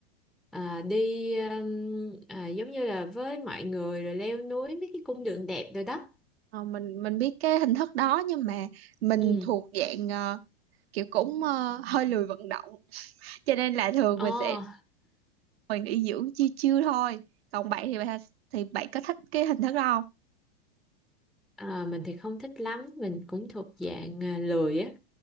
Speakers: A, in the centre; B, on the right.
A: ờ, đi ừm, ờ, giống như là với mọi người rồi leo núi mấy cái cung đường đẹp rồi đó.
B: ờ, mình mình biết cái hình thức đó nhưng mà mình
A: Ừ.
B: thuộc dạng ờ, kiểu cũng ờ, hơi lười vận động <laughs> cho nên là thường
A: Ồ.
B: mình sẽ ngồi nghỉ dưỡng chiêu chiêu thôi còn bạn thì bạn thì bạn có thích cái hình thức đó không
A: À, mình thì không thích lắm, mình cũng thuộc dạng à, lười á,